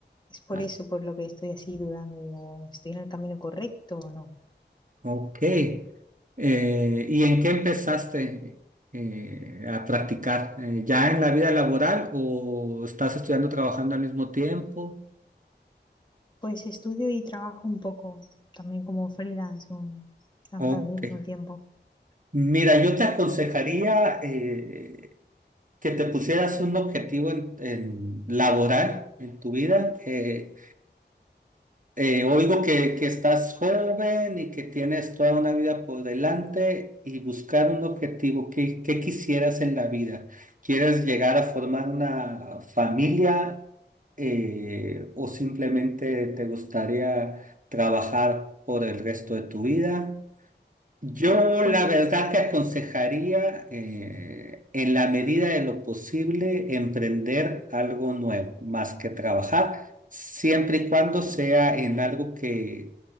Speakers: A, on the left; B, on the right.
A: Es por
B: Ah,
A: eso por lo que estoy así dudando. Digo, ¿estoy en el camino correcto o no?
B: ok. Eh, ¿y en qué empezaste eh, a practicar? Eh, ¿ya en la vida laboral o estás estudiando, trabajando al mismo tiempo?
A: Pues estudio y trabajo un poco, también como freelance un- al,
B: Ok.
A: al mismo tiempo.
B: Mira, yo te aconsejaría eh, que te pusieras un objetivo en, en laboral en tu vida. eh, Eh, oigo que, que estás joven y que tienes toda una vida por delante y buscar un objetivo. ¿Qué, qué quisieras en la vida? ¿Quieres llegar a formar una familia eh, o simplemente te gustaría trabajar por el resto de tu vida? Yo
A: Pues
B: la verdad te aconsejaría, eh, en la medida de lo posible, emprender algo nuevo, más que trabajar, siempre y cuando sea en algo que